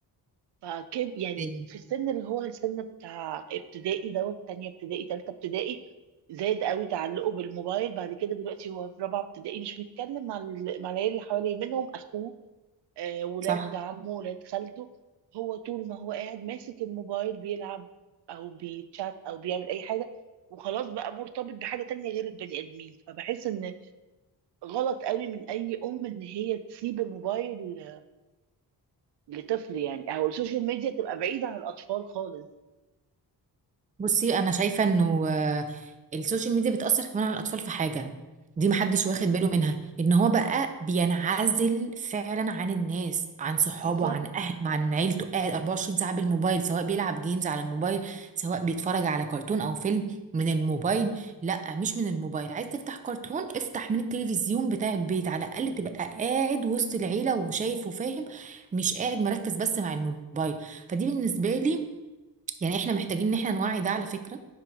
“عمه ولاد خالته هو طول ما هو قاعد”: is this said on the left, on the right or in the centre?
Right